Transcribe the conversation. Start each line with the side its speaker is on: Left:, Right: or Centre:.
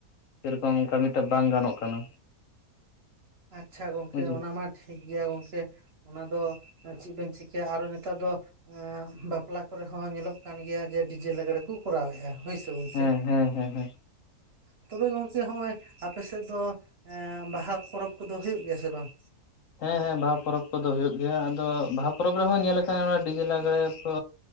Left: ᱥᱮᱨᱚᱠᱚᱢ ᱚᱱᱠᱟ ᱢᱤᱫᱴᱟ ᱵᱟᱝ ᱜᱟᱱᱚᱜ ᱠᱟᱱᱟ᱾
Right: ᱟᱪᱪᱷᱟ ᱜᱚᱝᱠᱮ
Left: ᱵᱩᱡᱷ
Right: ᱚᱱᱟ ᱢᱟ ᱴᱷᱤᱠ ᱜᱮᱭᱟ ᱜᱚᱝᱠᱮᱼᱼ ᱚᱱᱟ ᱫᱚ ᱪᱮᱫ ᱵᱮᱱ ᱪᱤᱠᱟᱹᱭᱟ ᱟᱨᱚ ᱱᱮᱛᱟᱨ ᱫᱚᱼᱼ ᱵᱟᱯᱞᱟ ᱠᱚᱨᱮᱦᱚᱸ ᱧᱮᱞᱚᱜ ᱠᱟᱱ ᱜᱮᱭᱟ ᱡᱮ ᱰᱤᱡᱮ ᱞᱟᱜᱽᱲᱮ ᱠᱚ ᱠᱚᱨᱟᱣᱼᱼ ᱦᱩᱭ ᱥᱮ ᱜᱚᱝᱠᱮ?
Left: ᱦᱮᱸ ᱦᱮᱸ ᱦᱮᱸ ᱦᱮᱸ
Right: ᱛᱚᱵᱮ ᱜᱚᱝᱠᱮ ᱦᱚᱸᱜᱼᱚᱭ ᱟᱯᱮ ᱥᱮᱫ ᱫᱚ ᱵᱟᱦᱟ ᱯᱚᱨᱚᱵᱽ ᱠᱚᱫᱚ ᱦᱩᱭᱩᱜ ᱜᱮᱭᱟ ᱥᱮ ᱵᱟᱝ?
Left: ᱦᱮᱸ ᱦᱮᱸ ᱵᱟᱦᱟ ᱯᱚᱨᱚᱵᱽ ᱠᱚᱫᱚ ᱦᱩᱭᱩᱜ ᱜᱮᱭᱟ ᱟᱫᱚ ᱵᱟᱦᱟ ᱯᱚᱨᱚᱵᱽ ᱨᱮᱦᱚᱸ ᱧᱮᱞ ᱟᱠᱟᱼᱼ ᱰᱤᱡᱮ ᱞᱟᱜᱽᱲᱮ ᱠᱚ